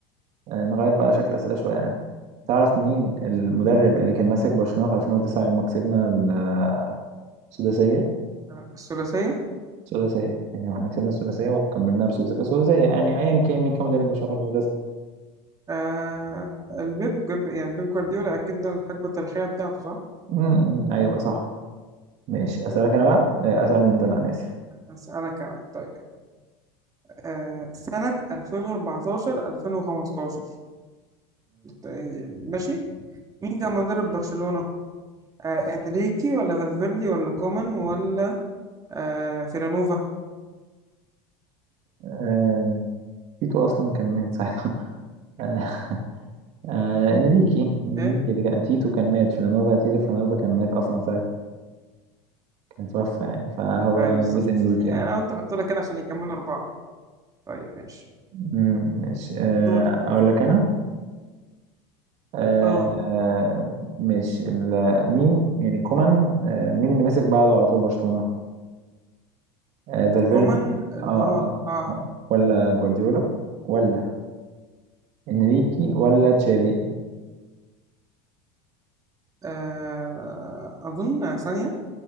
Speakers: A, on the right; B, on the right.
A: آه نغير بقى شكل الأسئلة شوية يعني تعرف مين
B: ماشي.
A: المدرب اللي كان ماسك برشلونة في 2009 يوم ما كسبنا ال- السداسية
B: آه، الثلاثية
A: السداسية يعني واحنا كسبنا السداسية وكملناها بسداسية السداسية يعني أيا كان مين كان مدرب برشلونة في 2009
B: آه البيب جيب- يعني بيب جوارديولا اكيد ده الحقبة التاريخية بتاعته صح
A: أمم، أيوه صح ماشي أسألك أنا بقى آه، أسألني أنت لا أنا آسف
B: اسالك انا طيب آه، سنة 2014 2015 آه، ماشي مين كان مدرب برشلونة؟ آه، انريكي ولا فالفيردي ولا كومان ولا آه، فيلانوفا؟
A: أمم. تيتو اصلا كان مات ساعتها <laughs> آه، آه، انريكي انريكي
B: ايه؟
A: اللي كان تيتو كان مات فلانوفا تيتو فلانوفا كان مات اصلا ساعتها كان توفى يعني فهو
B: ايوه بالظبط
A: مات انريكي
B: <laughs> يعني
A: اه
B: انا قلت احط لك كده عشان يكملوا اربعة طيب ماشي
A: أمم، ماشي آه،
B: دورك
A: اقول لك انا آه،
B: اه
A: آه، ماشي ال- مين يعني كومان آه، مين اللي مسك بعده على طول برشلونة آه، فالفيردي
B: كومان اللي
A: آه آه
B: هو اه,
A: آه، ولا جوارديولا ولا انريكي ولا تشافي
B: آه اظن ثانية